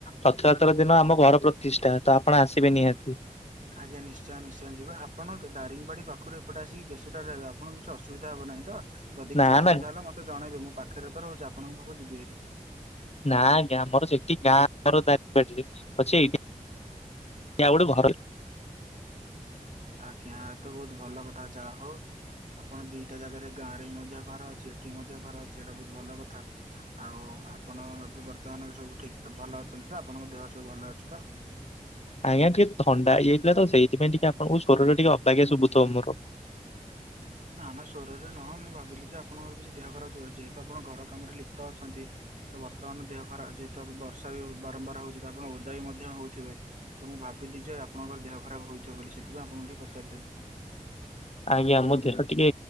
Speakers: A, on the left; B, on the right.
A: ରଥଯାତ୍ରା ଦିନ ଆମ ଘର ପ୍ରତିଷ୍ଠା, ତ ଆପଣ ଆସିବେ ନିହାତି।
B: ଆଜ୍ଞା, ନିଶ୍ଚୟ ନିଶ୍ଚୟ ଯିବା, ଆପଣ ଦାରିଙ୍ଗବାଡ଼ି ପାଖରୁ ଏପଟେ ଆସିକି କେଶୁରାରେ ରହିବେ, ଆପଣଙ୍କୁ କିଛି ଅସୁବିଧା ହବ ନାହିଁ ତ? ଯଦି
A: ନା
B: କିଛି ଅସୁବିଧା
A: ନା
B: ହେଲା, ମତେ ଜଣାଇବେ, ମୁଁ ପାଖରେ ତ ରହୁଛି, ଆପଣଙ୍କ ପାଖକୁ ଯିବି ହାରି।
A: ନା ଆଜ୍ଞା, ଆମର ସେଠି ଗାଁ ଆମର ଦାରିଙ୍ଗବାଡ଼ି ରେ ଅଛି ଆଉ ଗୋଟେ ଘର
B: ଆଜ୍ଞା, ତ ବହୁତ ଭଲ କଥା ଯା ହଉ ଆପଣ ଦିଟା ଜାଗାରେ ଗାଁରେ ବି ମଧ୍ୟ ଘର ଅଛି, ଏଠି ବି ମଧ୍ୟ ଘର ଅଛି ଏଇଟା ବହୁତ ଭଲ କଥା। ଆଉ ଆପଣ ଏ ବର୍ତ୍ତମାନ ସବୁ ଠିକ ଭଲ ଅଛନ୍ତି ତ, ଆପଣଙ୍କ ଦେହ ସବୁ ଭଲ ଅଛି ତ?
A: ଆଜ୍ଞା, ଟିକେ ଥଣ୍ଡା ହେଇଯାଇଥିଲା ତ, ସେଇଥିପାଇ ଟିକେ ଆପଣଙ୍କୁ ସ୍ୱରଟା ଟିକେ ଅବାଗିଆ ଶୁଭୁଥିବ ମୋର
B: ନା ନା ସ୍ୱରରେ ନୁହଁ, ମୁଁ ଭାବିଲି ଯେ ଆପଣଙ୍କର କିଛି ଦେହ ଖରାପ ଥିବ, ଯେହେତୁ ଆପଣ ଘର କାମରେ ଲିପ୍ତ ଅଛନ୍ତି। ତ ବର୍ତ୍ତମାନ ଦେହ ଖରାପ ଯେହେତୁ, ଆ ବର୍ଷା ବି ବାରମ୍ବାର ହଉଛି ତ, ଆପଣ ଓଦା ବି ମଧ୍ୟ ହଉଥିବେ। ତ ମୁଁ ଭାବିଲି ଯେ -ଆପଣଙ୍କର ଦେହ ଖରାପ ହେଇଥିବ ବୋଲି, ସେଥିପାଇଁ ଆପଣଙ୍କୁ ଟିକେ ପଚାରିଦେଲି।
A: ଆଜ୍ଞା, ମୋ ଦେହ ଟିକେ,